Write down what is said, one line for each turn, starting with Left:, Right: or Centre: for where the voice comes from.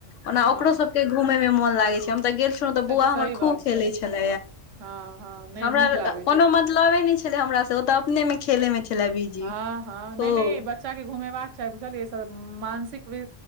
Left: ओना
Right: हँ
Left: ओकरो सब घूमे मे मन लागे छै हम तऽ गेल छलो
Right: से
Left: बोआ
Right: तऽ
Left: हमर
Right: सही
Left: खूब
Right: बात
Left: खेल
Right: छै
Left: छला
Right: हँ हँ नहि
Left: हमरा
Right: नीक लागै
Left: कोनो
Right: छै
Left: मत मतलबे नै छले हमरा से ओ तऽ अपने में खेले में छले बीजी
Right: हँ हँ
Left: <inaudible>
Right: नहि
Left: खूब
Right: नहि बच्चा केँ घुमेबाक चाही बुझलियै मानसिक वि